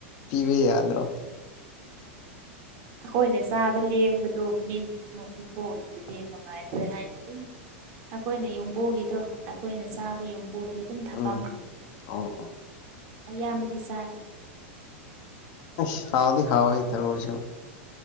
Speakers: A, on the left; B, on the right.
A: ꯄꯤꯕ ꯌꯥꯗ꯭ꯔꯣ
B: ꯑꯩꯈꯣꯏꯅ ꯆꯥꯕ ꯂꯦꯝꯕꯗꯣ ꯃꯤꯒꯤ ꯃꯨꯛ ꯄꯤꯊ‌ꯣꯛ ꯑꯝꯕꯗꯤ ꯅꯨꯡꯉꯥꯏꯇ꯭ꯔꯦ ꯍꯥꯏꯅ ꯑꯗꯨꯝ ꯑꯩꯈꯣꯏꯅ ꯌꯨꯝꯕꯨꯒꯤꯗꯣ ꯑꯩꯈꯣꯏꯅ ꯆꯥꯕ ꯌꯨꯝ ꯍꯣꯏꯗ ꯑꯗꯨꯝ ꯊꯝꯃꯝꯈ꯭ꯔꯦ
A: ꯎꯝ ꯑꯣ ꯑꯣ
B: ꯑꯌꯥꯝꯕꯗꯤ ꯆꯥꯔ‌ꯦꯗ
A: ꯎꯝ ꯍꯥꯎꯗꯤ ꯍꯥꯎꯣꯏ ꯊꯔꯣꯁꯨ